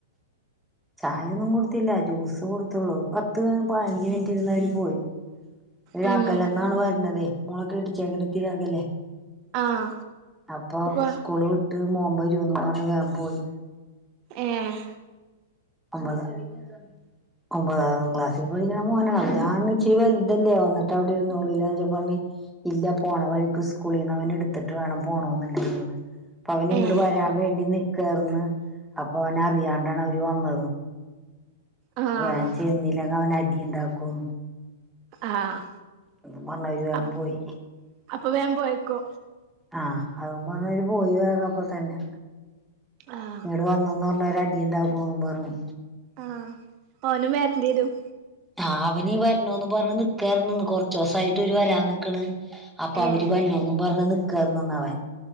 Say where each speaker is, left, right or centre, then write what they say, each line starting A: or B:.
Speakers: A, in the centre; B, on the right.
A: ചായൊന്നും കൊട്ത്തില്ലാ. ജ്യൂസ് കൊട്ത്തൊള്ളു. പത്ത്, പാഞ്ച് മിനിറ്റ് ഇര്ന്നവര് പോയി. ഓല്
B: ഉം
A: അകലെന്നാണ് വെര്നതെ. മൊളക് ഇടിച്ചേക്ക്ണ്. ഇത്തിരി അകലെ.
B: ആഹ്
A: അപ്പൊ
B: കൊ
A: ഉസ്ക്കൂള് വിട്ട് മോം വെരൂന്ന് പർഞ്ഞ് വേം പോയി.
B: ഏഹ്
A: അമ്പ <unintelligible> ഒമ്പതാം ക്ലാസ്സിൽ പഠിക്ക്ണെ മോനെല്ലെ. ഞാപർഞ്ഞ് ഇച്ചരി വെൽതെല്ലെ വന്ന്ട്ട് അവ്ടെ ഇര്‌ന്നോളൂലെച്ചപ്പം പർഞ്ഞ് ഇല്ല പോണ വഴിക്ക് സ്ക്കൂളിന്ന് അവനെ എട്ത്ത്ട്ട് വേണം പോണോന്ന് <inaudible> ന്ന് പ്പ അവന് ഇങ്ങട്
B: ഏഹ്
A: വരാം വേണ്ടി നിക്കാന്ന് അപ്പൊ ഓനറിയാണ്ടാണ് അവര് വന്ന...
B: ആഹ്
A: വേം ചെന്നില്ലെങ്ക അവന് അടി ണ്ടാക്കും.
B: ആഹ്
A: പിന്നെ വന്നാതിരി വേം
B: അപ്
A: പോയി.
B: അപ്പൊ വേം പോയേക്കു
A: ആഹ് അതും പർഞ്ഞവര് പോയി <unintelligible> അപ്പ തന്നെ.
B: ആഹ്
A: ഇവ്ടെ വന്ന്ന്നർഞ്ഞാ ഒരടിണ്ടാക്കൂന്നും പർഞ്ഞ്.
B: ആഹ്. ഓനും വെര്ണ്ട്വെരും.
A: ആഹ് അവനീം വെർണോന്നും പർ ഞ്ഞ് നിക്കായ്ര്ന്ന് ന്ന്. കൊർച്ചോ സായിട്ട് ഇവര് വരാൻ നിക്ക്ണ്. അപ്പോ
B: ഏഹ്
A: അവർ വരുണു പറഞ്ഞ് നിൽക്കാരുന്നു അവൻ